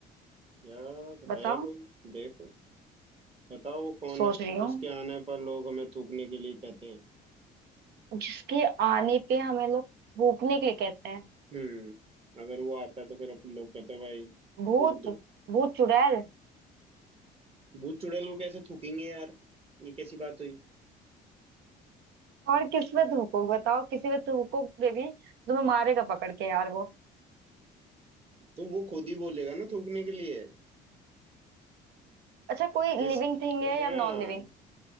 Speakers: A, on the right; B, on the right.
A: यार
B: बताओ
A: है कोई देखो बताओ वो कौन
B: सोच
A: है
B: रही हूँ
A: जिसके आने पर लोग हमें थूकने के लिए कहते हैं
B: जिसके आने पे हमें लोग थूकने के लिए कहते हैं
A: हम्म अगर वो आता है तो फिर अपन लोग कहते हैं भाई
B: भूत
A: थूक दो
B: भूत चुड़ैल
A: भूत चुड़ैल को कैसे थूकेंगे यार ये कैसी बात हुई
B: और किस पे थूको बताओ किसी पे थूकोगे भी तुम्हें मारेगा पकड़ के यार वो
A: तो वो खुद ही बोलेगा ना थूकने के लिए
B: अच्छा कोई
A: जिसकी
B: लिविंग थिंग है
A: हाँ
B: या नॉन लिविंग